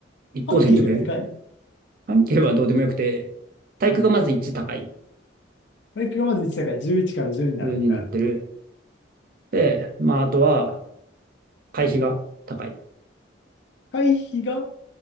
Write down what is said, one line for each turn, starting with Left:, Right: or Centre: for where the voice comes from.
Right: 一向戦熟練。
Left: 半径がでかい。
Right: 関係はどうでもよくて、
Left: うん
Right: 体育がまず1高い。
Left: うんバイクがまず1だからじゅういちから1になる。
Right: 上になってる。
Left: うん
Right: で、まあ、あとは、会費が高い。
Left: 回避が、